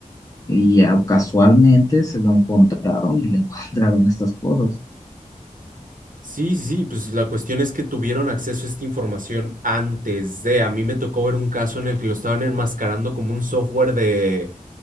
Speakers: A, on the left; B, on the right.
A: Y ya casualmente se lo encontraron y le <laughs> encontraron estas cosas.
B: Sí, sí, sí, pues la cuestión es que tuvieron acceso a esta información antes de. A mí me tocó ver un caso en el que lo estaban enmascarando como un software de